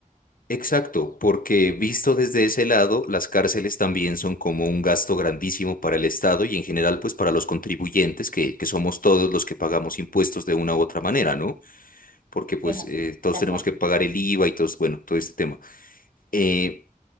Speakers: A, on the left; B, on the right.
A: Exacto, porque visto desde ese lado, las cárceles también son como un gasto grandísimo para el Estado y en general pues para los contribuyentes, que, que somos todos los que pagamos impuestos de una u otra manera, ¿no? Porque pues
B: Es así,
A: eh, todos
B: tal
A: tenemos
B: cual.
A: que pagar el IVA y todos, bueno, todo este tema. Eh,